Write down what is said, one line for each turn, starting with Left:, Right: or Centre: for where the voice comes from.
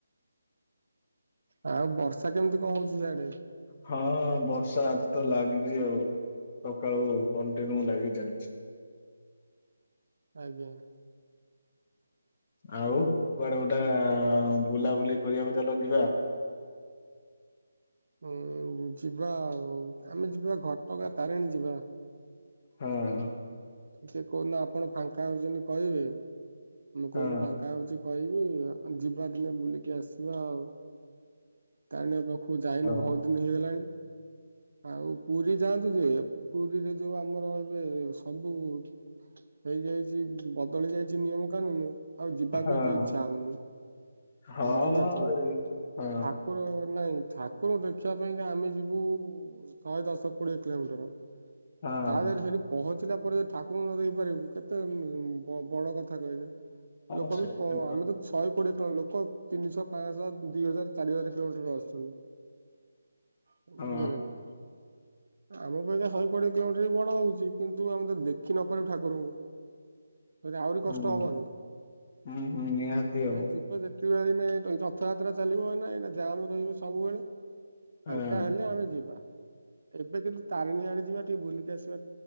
Right: ଆଉ ବର୍ଷା କେମିତି କଣ ହଉଛି ସେଆଡେ?
Left: ହଁ ବର୍ଷା ଆଜି ତ ଲାଗିଛି, ଆଉ ସକାଳୁ କଣ୍ଟିନ୍ୟୁ ଲାଗି ଚାଲିଛି।
Right: ଆଜ୍ଞା।
Left: ଆଉ କୁଆଡେ ଗୋଟା ବୁଲାବୁଲି କରିବାକୁ ଚାଲ ଯିବା?
Right: ହଉ ଯିବା ଆଉ, ଆମେ ଯିବା ଘଟଗାଁ ତାରିଣୀ ଯିବା।
Left: ହଁ।
Right: <unintelligible> କୋଉ ଦିନ ଆପଣ ଫାଙ୍କା ହଉଛନ୍ତି କହିବେ, ମୁଁ କୋଉ
Left: ହଁ
Right: ଦିନ ଫାଙ୍କା ହଉଛି କହିବି ଯିବା ଦିନେ ବୁଲିକି ଆସିବା ଆଉ। ତାରିଣୀ ପାଖକୁ ଯାଇନେ
Left: ହଁ
Right: ବହୁତ ଦିନ ହେଇଗଲାଣି। ଆଉ ପୁରୀ ଯାଆନ୍ତୁ ଯେ, ପୁରୀରେ ଯୋଉ ଆମର ଏବେ ସବୁ ହୁଁ ହେଇଯାଇଛି, ବଦଳି ଯାଇଛି ନିୟମ କାନୁନୁ। ଆଉ ଯିବାକୁ
Left: ହଁ
Right: ଏତେ ଇଚ୍ଛା ହଉନି।
Left: ହଁ
Right: ବୁଝିପାରୁଛନ୍ତି,
Left: ମ ଏଇ ହଁ
Right: ଠାକୁର ନାଇଁ ଠାକୁ ରଙ୍କୁ ଦେଖିବା ପାଇଁକା ଆମେ ଯିବୁ, ଶହେ ଦଶ କୋଡିଏ କିଲୋମିଟର।
Left: ହଁ
Right: ତା ଦେହରେ ସେଠି ପହଞ୍ଚିଲା ପରେ ଠାକୁରଙ୍କୁ ନ ଦେଖି ପାରିବୁ କେତେ ବଡ କଥା କହିଲେ।
Left: ହଁ
Right: ଲୋକ
Left: ସେଇଟା
Right: ବି କଣ ଆମେ ତ ଶହେ କୋଡିଏ କଣ ଲୋକ ତିନି ଶହ, ପାଞ୍ଚ ଶହ, ଦିଇ ହଜାର, ଚାରି ହଜାର କିଲୋମିଟର ଆଶୁଛନ୍ତି।
Left: ହଁ
Right: ବୁଝିଲେ ନା? ଆମ ପାଇଁକା ଶହେ କୋଡିଏ କିଲୋମିଟର ବି ବଡ ହଉଛି। କିନ୍ତୁ ଆମେ ତ ଦେଖି ନପାରିବୁ ଠାକୁରଙ୍କୁ। ସେ ଆହୁରି କଷ୍ଟ
Left: ହଁ
Right: ହବନି।
Left: ହୁଁ
Right: ଆମେ
Left: ହୁଁ ନିହାତି ଆଉ
Right: ଯିବୁ ଯେ ନାଇଁ ରଥଯାତ୍ରା ଚାଲିବ। ଏଇନା ଜାମ ରହିବ ସବୁବେଳେ। ଫାଙ୍କା
Left: ହଁ
Right: ହେଲେ ଆମେ ଯିବା, ଏବେ କିନ୍ତୁ ତାରିଣୀ ଆଡେ ଯିବା ଟିକେ ବୁଲିକି ଆସିବା।